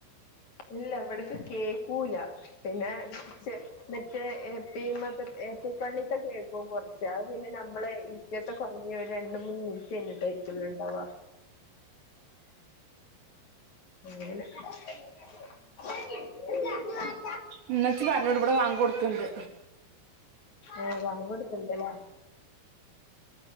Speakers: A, on the left (about 45°); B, on the right (about 85°).
A: ഇല്ല ഇവിടക്ക് കേക്കൂല <unintelligible> പിന്നെ <unintelligible> <unintelligible> <unintelligible> എപി പ്പള്ളിത്തെ കേൾക്കും കുറച്ച് അത് പിന്നെ നമ്മളെ ഇപ്പത്തെ കുറ ഇനി ഒരു രണ്ട് മൂന്ന് മിനിറ്റ് കയിഞ്ഞിട്ടായിരിക്കും ഉണ്ടാവ അങ്ങനെ <unintelligible>
B: ഉമ്മച്ചി പറഞ്ഞോട് ഇവിടെ വാങ്ക് കൊടുക്കണ്ട്
A: ഏ വാങ്ക് കൊടുക്കണ്ട്ലെ